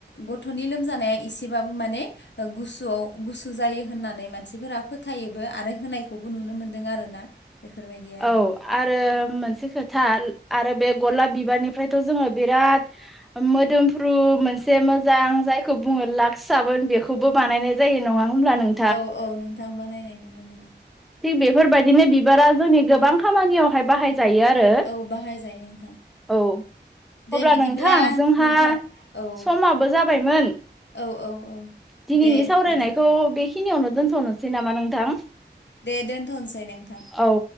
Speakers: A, on the left (about 75°); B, in the centre.
A: गथ'नि लोमजानाया एसेबाबो माने गुसुआव गुसु जायो होननानै मानसिफोरा फोथायोबो आरो होनायखौबो नुनो मोनदों आरो ना बेफोरबायदि आरो
B: औ आरो मोनसे खोथा आरो बे गलाब बिबारनि फ्रायथ' जोङो बिराद मोदोम फ्रु मोनसे मोजां जायखौ बुङो लाक्स साबोन बेखौबो बानायनाय जायो नङा होमब्ला नों
A: औ औ नोंथां बानायनाय नुनो मोनो
B: थिग बेफोरबायदिनो बिबारा जोंनि गोबां खामानियावहाय बाहाय जायो आरो
A: औ बाहायजायो नोंथां
B: औ
A: दे
B: अब्ला
A: बिदिब्ला
B: नोंथां जोंहा
A: नोंथां औ
B: समाबो जाबायमोन
A: औ औ औ
B: दिनिनि
A: दे
B: सावरायनायखौ
A: बिदिब्ला
B: बेखिनियावनो दोनथ'नोसै नामा नोंथां
A: दे दोनथ'नोसै नोंथां
B: औ